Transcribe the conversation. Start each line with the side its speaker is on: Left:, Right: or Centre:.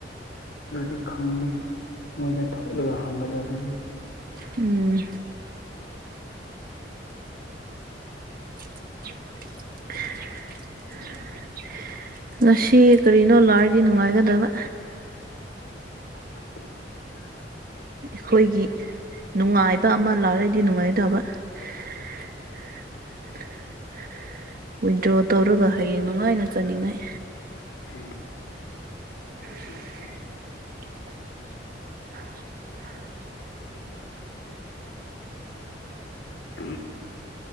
Left: ꯑꯗꯨꯗꯤ ꯈꯪꯗꯦ ꯃꯣꯏꯗ ꯊꯣꯛꯂꯒ ꯍꯪꯒꯗꯕꯅꯤ
Right: ꯎꯝ <inaudible> ꯉꯁꯤ ꯀꯔꯤꯅꯣ ꯂꯔꯗꯤ ꯅꯨꯡꯉꯥꯏꯒꯗꯕ
Left: <inaudible>
Right: ꯑꯩꯈꯣꯏꯒꯤ ꯅꯨꯡꯉꯥꯏꯕ ꯑꯃ ꯂꯥꯛꯔꯗꯤ ꯅꯨꯡꯉꯥꯏꯇꯕ <unintelligible> ꯋꯤꯗ꯭ꯔꯣ ꯇꯧꯔꯒ ꯍꯌꯦꯡ ꯅꯨꯡꯉꯥꯏꯅ ꯆꯥꯅꯤꯡꯉꯥꯏ
Left: ꯎꯝ
Right: <inaudible>
Left: ꯈꯪꯗꯦ
Right: <inaudible>
Left: ꯎꯝ